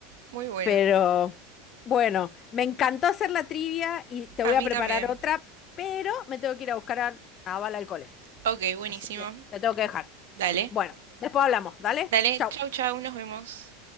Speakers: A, on the right; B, on the left.
A: Muy bueno.
B: Pero bueno, me encantó hacer la trivia y te
A: A
B: voy
A: mí
B: a preparar
A: también.
B: otra, pero me tengo que ir a buscar a, a Bala al cole.
A: Ok, buenísimo.
B: Así que te tengo que dejar.
A: Dale.
B: Bueno, después hablamos, ¿dale?
A: Dale.
B: Chau.
A: Chau, chau. Nos vemos.